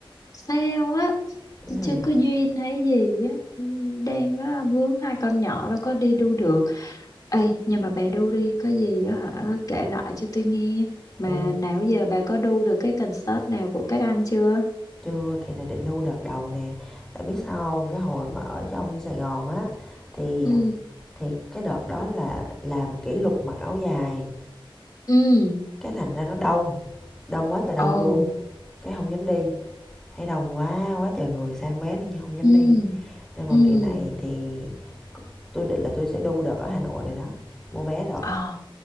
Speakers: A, on the left; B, in the centre.
A: sao á?
B: Cái
A: Chứ
B: này
A: Chưa
B: là
A: có duyên hay gì á. Ừ, Đang á, vướng hai con nhỏ là có đi đu được. Ê, nhưng mà bà đu đi, có gì á hả, kể lại cho tôi nghe. Mà
B: ừ,
A: nào giờ bà có đu được cái concert nào của các anh chưa?
B: chưa, kỳ này định đu đợt đầu nè. Tại biết sao không, cái hồi mà ở trong Sài Gòn á thì
A: Ừ,
B: thì cái đợt đó là làm kỷ lục mặc áo dài,
A: ừ,
B: cái thành ra nó đông, đông quá trời đông
A: ồ,
B: luôn, cái không dám đi thấy đông quá quá trời người sang vé luôn nhưng không dám
A: ừ,
B: đi nên mà
A: ừ,
B: kỳ này thì tôi định là tôi sẽ đu đợt ở Hà Nội này đó mua vé rồi
A: ờ,